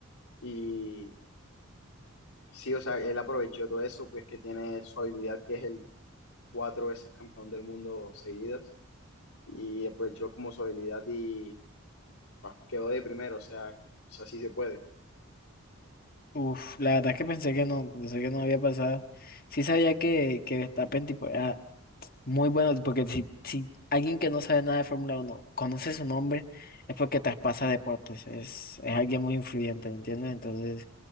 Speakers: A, on the left; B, on the left.
A: Y sí, o sea, él aprovechó todo eso, pues que tiene su habilidad que es el cuatro veces campeón del mundo seguidas y aprovechó como su habilidad y bah, quedó de primero, o sea, o sea, sí se puede.
B: Uf, la verdad es que pensé que no, pensé que no había pasado. Sí sabía que, que Verstappen tipo, era muy bueno, porque si, si alguien que no sabe nada de Fórmula uno conoce su nombre, es porque traspasa deportes, es, es alguien muy influyente, ¿me entiendes? Entonces,